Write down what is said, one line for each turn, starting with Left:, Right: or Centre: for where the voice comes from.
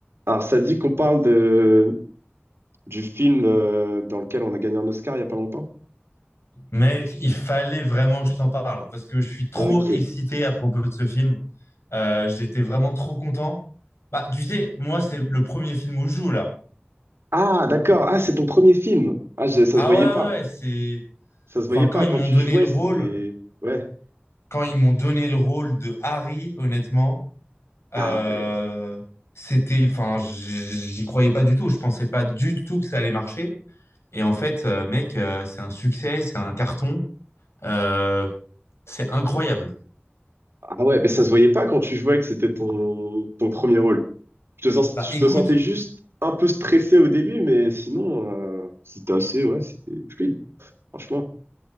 Right: Alors, ça dit qu'on parle de, du film euh, dans lequel on a gagné un Oscar il n'y a pas longtemps?
Left: Mec, il fallait vraiment que je t'en parle parce que je suis trop
Right: Ok.
Left: excité à propos de ce film. Euh, j'étais vraiment trop content. Bah, tu sais, moi, c'est le premier film où je joue là.
Right: Ah, d'accord. Ah, c'est ton premier film. Ah, je- ça
Left: Ah
Right: se voyait
Left: ouais,
Right: pas.
Left: ouais, ouais, c'est.
Right: Ça se voyait
Left: Enfin, quand
Right: pas.
Left: ils
Right: Quand
Left: m'ont
Right: tu
Left: donné
Right: jouais,
Left: le rôle,
Right: c'était... Ouais.
Left: quand ils m'ont donné le rôle de Harry, honnêtement,
Right: Ah
Left: euh,
Right: ouais.
Left: c'était. Enfin, j- j'y croyais pas du tout. Je pensais pas du tout que ça allait marcher. Et en fait, euh, mec, euh, c'est un succès, c'est un carton. Euh, c'est incroyable.
Right: Ah ouais, mais ça se voyait pas quand tu jouais que c'était ton, ton premier rôle. Je te, sens-
Left: Bah, écoute.
Right: je te sentais juste un peu stressé au début, mais sinon, euh, c'était assez... Ouais, c'était fluide, franchement.